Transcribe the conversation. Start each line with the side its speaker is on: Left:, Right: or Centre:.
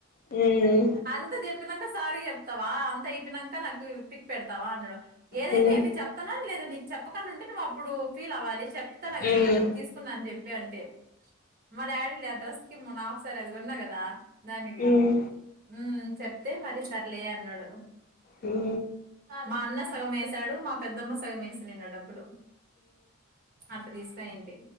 Left: మ్మ్
Right: అంత చెప్పినాక స సారి చెప్తావా అంత అయిపోయినంక నాకు పిక్ పెడతావా అన్నాడు అప్ ఏదైతే
Left: మ్మ్
Right: ఏమి చెప్తన్నా లేద్ టే నీకు చెప్పకుండా ఉంటే నువ్వు అప్పుడు ఫీల్ అవ్వాలి చెప్తే చెప్తాన కదా
Left: మ్మ్
Right: నేను తీసుకున్నా అని చెప్ తే అంటే మా డాడీ లే అడ్రస్ కి మొన్న హాప్ సారి అది కొన్నా కదా దానికి
Left: మ్మ్
Right: హుమ్మ్ చెప్తే మరి సర్లే అన్నాడు
Left: మీ
Right: మా అన్న సగం ఏసాడు మా పెద్దమ్మ సగం వేసింది డబ్బులు అట్ట తీసుకోపోయిఉంటి